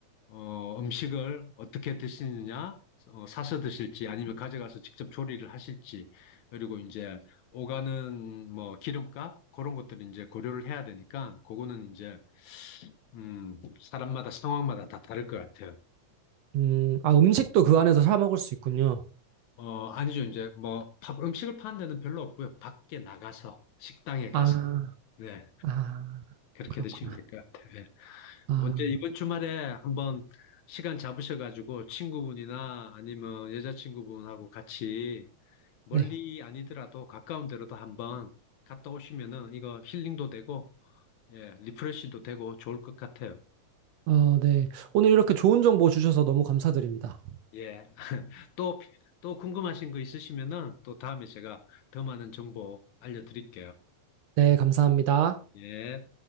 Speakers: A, on the left; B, on the right.
A: 어, 음식을 어떻게 드시느냐, 어, 사서 드실지 아니면 가져가서 직접 조리를 하실지 그리고 이제 오가는 뭐 기름값 그런 것들을 이제 고려를 해야 되니까 그거는 이제 음, 사람마다 상황마다 다 다를 것 같아요.
B: 음, 아, 음식도 그 안에서 사 먹을 수 있군요.
A: 어, 아니죠. 이제 뭐, 밥, 음식을 파는 데는 별로 없고요. 밖에 나가서, 식당에 가서,
B: 아,
A: 네,
B: 아,
A: 그렇게
B: 그렇구나.
A: 드시면 될 것 같아요. 예.
B: 아,
A: 언제 이번 주말에 한번 시간 잡으셔가지고 친구분이나 아니면 여자친구분하고 같이 멀리
B: 네.
A: 아니더라도 가까운 데로도 한번 갔다 오시면은 이거 힐링도 되고, 예, 리프레시도 되고 좋을 것 같아요.
B: 어, 네. 오늘 이렇게 좋은 정보 주셔서 너무 감사드립니다.
A: 예. 또, 또 궁금하신 거 있으시면은 또 다음에 제가 더 많은 정보 알려드릴게요.
B: 네, 감사합니다.
A: 예.